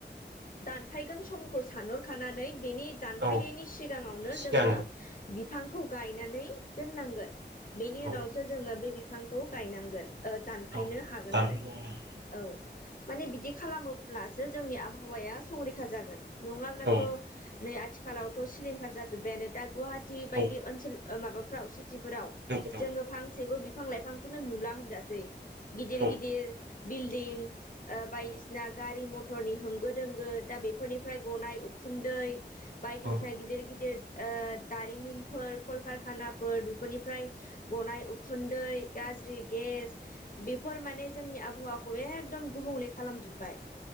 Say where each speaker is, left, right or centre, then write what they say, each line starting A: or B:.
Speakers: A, on the left; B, on the right.
A: दानफायगोन समखौ सानहरखानानै बेनि दानफायनायनि
B: औ
A: सिगाङावनो
B: सिगां
A: जोङो बिफांखौ गायनानै दोननांगोन। बेनि
B: औ
A: उनावसो जोङो बे बिफांखौ गायनांगोन ओ दानफायनो
B: औ
A: हागोन
B: दानहैयोमोन
A: आरो। औ माने बिदि खालामोब्लासो जोंनि आबहावाया संरैखा जागोन। नङाब्लाथ'
B: आरो औ
A: नै आथिखालावथ' सिलिंखार जाजोब्बायानो दा गुवाहाटी
B: औ
A: बायदि ओनसोल ओ माबाफ्राव सिटिफोराव
B: नोगोराव
A: जोङो फांसेबो बिफां-लाइफांखौनो नुला होनजासै। गिदिर
B: औ
A: गिदिर बिल्डिं ओ बायदिसिना
B: औ
A: गारि म मटरनि होंगो दोंगो दा बेफोरनिफ्राय गनाय उखुन्दै बायदिसिना
B: औ
A: गिदिर गिदिर ओ दारिमिनफोर कलकारखानाफोर बेफोरनिफ्राय गनाय उखुन्दै गाज्रि गेस बेफोर माने जोंनि आबहावाखौ एखदम गुबुंले खालामजोब्बाय।